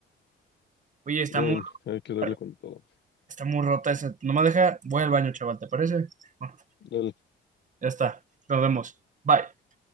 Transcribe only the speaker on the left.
Bien,
hay que darle
con todo.
Dale.